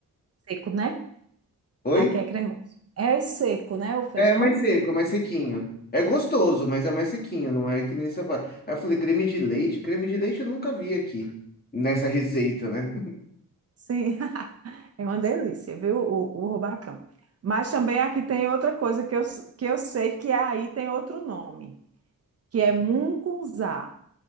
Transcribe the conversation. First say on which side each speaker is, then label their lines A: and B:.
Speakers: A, on the right; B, on the left.
A: seco, né?
B: Oi?
A: Aqui é cremoso. É seco, né? O feijão?
B: É mais seco, é mais sequinho. É gostoso, mas é mais sequinho, não é que nem você fala. Aí eu falei, creme de leite. Creme de leite eu nunca vi aqui, nessa receita, né?
A: Sim. <laughs> É uma delícia, viu? O, o rubacão. Mas também aqui tem outra coisa que eu, s- que eu sei que aí tem outro nome, que é mungunzá.